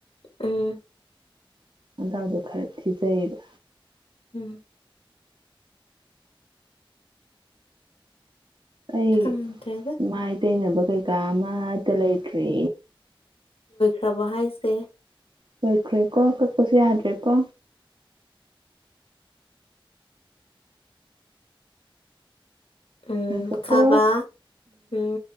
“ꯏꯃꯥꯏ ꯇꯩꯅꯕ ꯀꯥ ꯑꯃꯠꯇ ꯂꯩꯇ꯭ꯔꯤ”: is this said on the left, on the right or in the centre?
Right